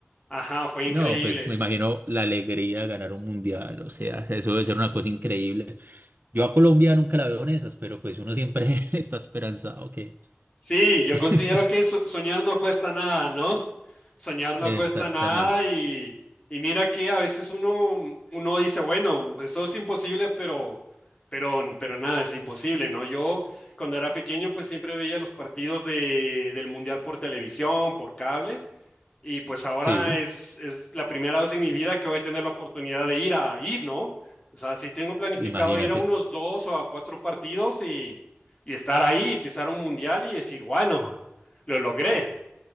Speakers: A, on the left; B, on the right.
A: Ajá, fue
B: No,
A: increíble.
B: pues me imagino la alegría de ganar un mundial, o sea, eso debe ser una cosa increíble. Yo a Colombia nunca la veo en esas, pero pues uno siempre <laughs> está esperanzado que...
A: Sí, yo considero
B: <laughs>
A: que so- soñar no cuesta nada, ¿no? Soñar no
B: Exactamente.
A: cuesta nada y, y mira que a veces uno, uno dice, bueno, eso es imposible, pero, pero, pero nada, es imposible, ¿no? Yo cuando era pequeño pues siempre veía los partidos de, del Mundial por televisión, por cable. Y pues ahora
B: Sí,
A: es, es la primera vez en mi vida que voy a tener la oportunidad de ir a ir, ¿no? O sea, sí tengo planificado
B: imagínate.
A: ir a unos dos o a cuatro partidos y, y estar ahí y pisar un mundial y decir, bueno, lo logré.